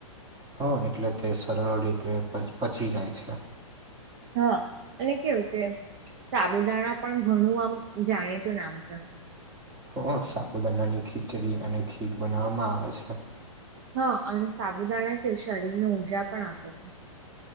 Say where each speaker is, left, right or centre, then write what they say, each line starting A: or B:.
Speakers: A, on the right; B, on the right.
A: હ એટલે તે સરળ રીતે પચી જાય છે.
B: હા અને કેવું કે સાબુદાણા પણ ઘણું આમ જાણીતું નામ છે.
A: હ સાપુદાનાની ખીચડી અને ખીર બનાવવામાં આવે છે.
B: હા અને સાબુદાણા કેવું શરીરને ઊર્જા પણ આપે છે.